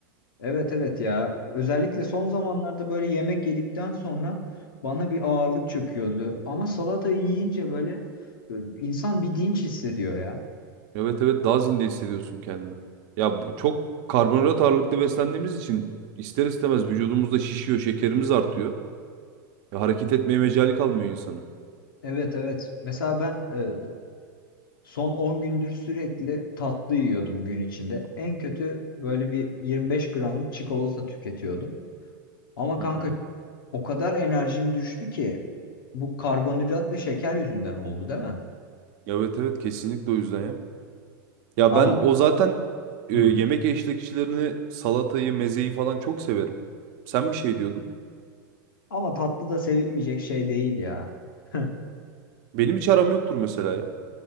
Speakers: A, on the left (about 85°); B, on the right (about 55°).
A: Evet evet ya. Özellikle son zamanlarda böyle yemek yedikten sonra bana bir ağırlık çöküyordu. Ama salatayı yiyince böyle e, insan bir dinç hissediyor ya.
B: Evet evet daha zinde hissediyorsun kendini. Ya bu- çok karbonhidrat ağırlıklı beslendiğimiz için ister istemez vücudumuzda şişiyor, şekerimiz artıyor. Ya hareket etmeye mecali kalmıyor insanın.
A: Evet evet. Mesela ben e, son 10 gündür sürekli tatlı yiyordum gün içinde. En kötü böyle bir 25 gramlık çikolata tüketiyordum. Ama
B: Hı
A: kanka
B: hı.
A: o kadar enerjim düştü ki bu karbonhidrat ve şeker yüzünden oldu değil mi?
B: Evet evet kesinlikle o yüzden ya. Ya
A: Ama
B: ben o zaten e,
A: hı.
B: yemek eşlikçilerini, salatayı, mezeyi falan çok severim. Sen bir şey diyordun.
A: Ama tatlı da sevilmeyecek şey değil ya. <laughs>
B: Benim hiç aram yoktur mesela ya.